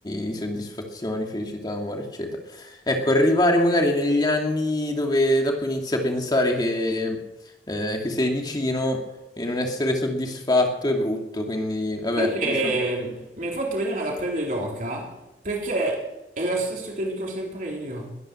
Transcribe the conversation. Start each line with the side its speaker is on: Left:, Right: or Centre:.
Left: di soddisfazioni, felicità, amore, eccetera. Ecco, arrivare magari negli anni dove dopo inizi a pensare che, eh, che sei vicino e non essere soddisfatto è brutto, quindi vabbè,
Right: Sai che
Left: io sono...
Right: mi hai fatto venire la pelle d'oca perché è lo stesso che dico sempre io.